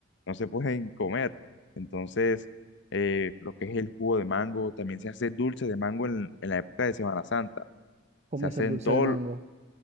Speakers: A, on the left (about 65°); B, on the right (about 35°).
A: no se pueden comer. Entonces, eh, lo que es el jugo de mango, también se hace dulce de mango en, en la época de Semana Santa,
B: ¿Cómo
A: se hace
B: es el dulce
A: en todo,
B: de mango?